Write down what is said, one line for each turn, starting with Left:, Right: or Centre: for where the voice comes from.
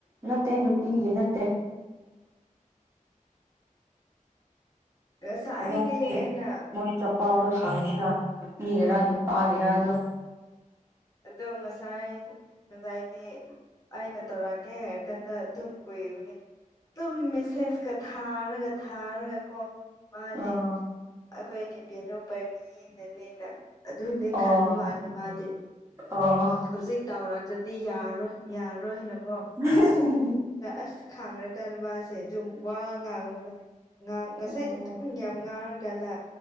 Right: ꯅꯠꯇꯦ ꯅꯨꯄꯤꯒꯤ ꯅꯠꯇꯦ
Left: ꯉꯁꯥꯏꯗꯤ
Right: ꯑꯣ ꯃꯣꯏ ꯑꯍꯨꯝꯒꯤ
Left: ꯑꯩꯅ
Right: ꯃꯣꯏ ꯆꯛꯄꯥꯎꯗꯣ ꯐꯪꯉꯦꯅ ꯅꯨꯄꯤꯒꯤꯔꯥ
Left: ꯍꯣꯏ
Right: ꯅꯨꯄꯥꯒꯤꯔꯥꯗꯣ
Left: ꯑꯗꯣ ꯉꯁꯥꯏꯁꯨ ꯉꯁꯥꯏꯗꯤ ꯑꯩꯅ ꯇꯧꯔꯛꯀꯦ ꯍꯥꯏꯔ ꯀꯥꯟꯗ ꯑꯗꯨꯝ ꯀꯨꯏꯕꯒꯤ ꯇꯨꯝ ꯃꯦꯁꯦꯖꯀ ꯊꯥꯔꯒ ꯊꯥꯔꯒ ꯀꯣ ꯃꯥꯗꯤ
Right: ꯎꯝ
Left: ꯑꯩꯈꯣꯏꯒꯤ ꯕꯦꯅꯨ ꯄꯥꯏꯕꯤꯅꯅꯤꯅ ꯑꯗꯨꯅꯦ
Right: ꯑꯣ
Left: ꯈꯟꯕ ꯃꯥꯜꯂꯦ ꯃꯥꯗꯤ
Right: ꯑꯣ
Left: ꯍꯧꯖꯤꯛ ꯇꯧꯔꯛꯇ꯭ꯔꯗꯤ ꯌꯥꯔꯣꯏ ꯌꯥꯔꯣꯏ ꯍꯥꯏꯅ ꯀꯣ
Right: <unintelligible>
Left: ꯑꯁ ꯈꯥꯡꯈ꯭ꯔꯀꯥꯟꯗ ꯃꯥꯁꯦ ꯑꯗꯨꯝ ꯋꯥ ꯉꯥꯡꯕꯒ ꯉꯥꯡ ꯉꯁꯥꯏꯗꯤ
Right: ꯎꯝ
Left: ꯇꯨꯝ ꯌꯥꯝ ꯉꯥꯡꯔꯀꯥꯟꯗ